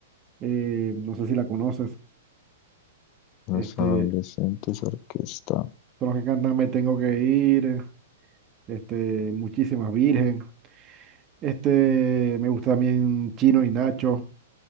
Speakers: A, on the right; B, on the left.
A: eh, no sé si la conoces.
B: los
A: Este,
B: adolescentes orquesta.
A: son los que cantan Me Tengo que ir, este, Muchísimas Virgen. Este, me gusta también Chino y Nacho.